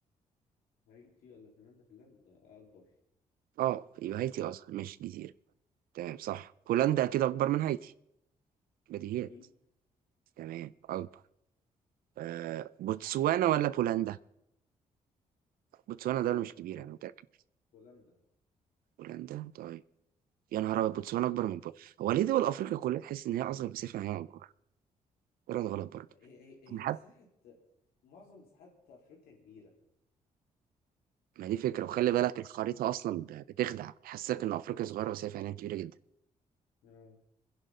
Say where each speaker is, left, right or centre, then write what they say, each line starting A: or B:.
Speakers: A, on the left; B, on the right.
A: هايتي ولا فنلندا فنلندا اكبر
B: أه يبقى هايتي أصغر ماشي جزيرة تمام صح هولندا كده أكبر من هايتي بديهيات
A: اكيد
B: تمام أكبر آه بوتسوانا ولا بولندا بوتسوانا دولة مش كبيرة
A: بول...
B: أنا متأكد
A: بولندا
B: بولندا طيب يا نهار أبيض بوتسوانا أكبر من بولندا هو ليه دول أفريقيا كلها تحس إن هي أصغر بس هي أكبر ولا ده غلط برضه
A: هي هي هي
B: أنا حتى
A: مساحة معظم مساحات افريقيا كبيرة
B: ما دي فكرة وخلي بالك الخريطة أصلا بتخدع تحسسك إن أفريقيا صغيرة بس هي فعلا كبيرة جدا
A: اه